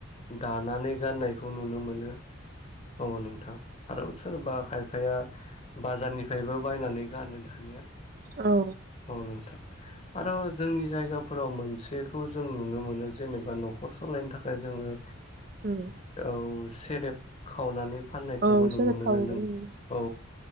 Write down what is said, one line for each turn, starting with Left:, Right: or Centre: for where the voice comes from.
Left: दानानै गाननाय बेखौ नुनो मोनो। औ नोंथां। आरो सोरबा खायफाया बाजारनिफ्रायबो बायनानै गानो। दानिया,
Right: औ
Left: औ नोंथां। आरो जोंनि जायगाफोराव मोनसेखौ जों नुनो मोनो जेनेबा न'खर सालायनो थाखाय जोङो।
Right: उम।
Left: जौ सेरेब खावनानै फाननायखौबो
Right: औ
Left: नुनो
Right: सोदोब
Left: मोनो
Right: खावो
Left: नों औ
Right: उम